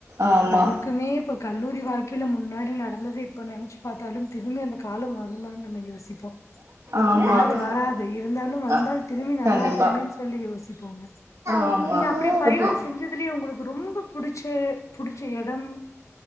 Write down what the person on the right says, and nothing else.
ஆமா
ஆமா
அ
கண்டிப்பா
ஆமா
இப்போ